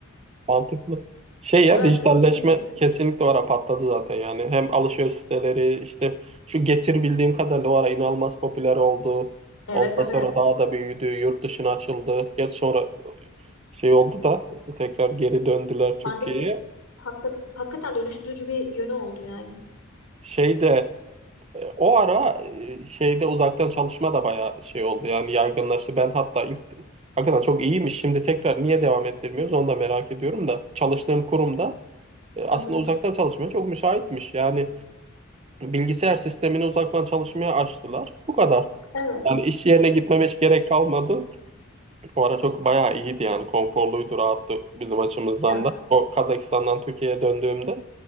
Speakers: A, on the right; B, on the left.
A: mantıklı. Şey
B: Güzel,
A: ya dijitalleşme
B: keyifliydi.
A: kesinlikle o ara patladı zaten yani. Hem alışveriş siteleri işte şu Getir bildiğim kadarıyla o ara inanılmaz popüler oldu.
B: Evet
A: Ondan
B: evet.
A: sonra daha da büyüdü, yurt dışına açıldı. gerçi sonra şey oldu da tekrar geri döndüler Türkiye'ye.
B: Pandeminin hakik- hakikaten dönüştürücü bir yönü oldu yani.
A: Şeyde e, o ara e, şeyde uzaktan çalışma da bayağı şey oldu yani yaygınlaştı. Ben hatta ilk hakikaten çok iyiymiş. Şimdi tekrar niye devam ettirmiyoruz onu da merak ediyorum da çalıştığım kurumda e, aslında
B: Hı hı.
A: uzaktan çalışmaya çok müsaitmiş. Yani bilgisayar sistemini uzaktan çalışmaya açtılar. Bu kadar.
B: Evet.
A: Yani iş yerine gitmeme hiç gerek kalmadı. O ara çok bayağı iyiydi yani konforluydu, rahattı bizim açımızdan
B: Ya,
A: da. O Kazakistan'dan Türkiye'ye döndüğümde